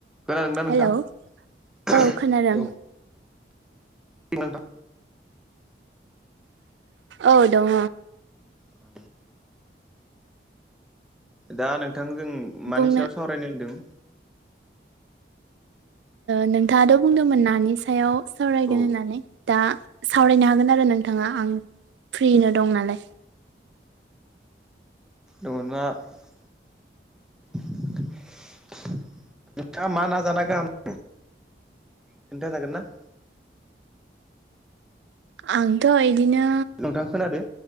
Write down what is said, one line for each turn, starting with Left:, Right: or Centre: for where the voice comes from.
Centre: खोनादों ना नोंथां
Right: हेलौ
Centre: <inaudible>
Right: औ खोनादों
Centre: औ थ दा
Right: औ दङ
Centre: औ दा नोंथां जों मानि
Right: बुंनो
Centre: सायाव सावरायनो होनदों
Right: नोंथाङाथ' बुंदोंमोन नानि सायाव सावरायगोन
Centre: औ
Right: होननानै दा सावरायनो हागोन आरो नोंथाङा आं फ्रिनो दं नालाय।
Centre: औ दङबा नोंथाङा मा ना जाना गाहाम मोनो? खोनन्थाागोन ना?
Right: आंथ' इदिनो
Centre: नोंथां खोनादों